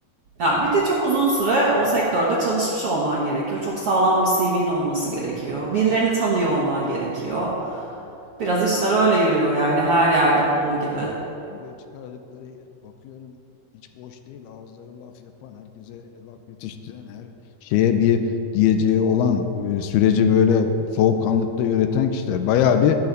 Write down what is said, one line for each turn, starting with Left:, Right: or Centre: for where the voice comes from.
Right: Ya bir de çok uzun süre o sektörde çalışmış olman gerekiyor. Çok sağlam bir CV'nin olması gerekiyor. Birilerini tanıyor olman gerekiyor.
Left: Evet.
Right: Biraz işler öyle yürüyor
Left: Yok
Right: yani
Left: oraya
Right: her yerde
Left: çıkma.
Right: olduğu gibi.
Left: Oraya çıkardıkları bakıyorum hiç boş değil. Ağızları laf yapan, herkese laf yetiştiren, her şeye bir diyeceği olan, e, süreci böyle soğukkanlıkta yöneten kişiler. Bayağı bir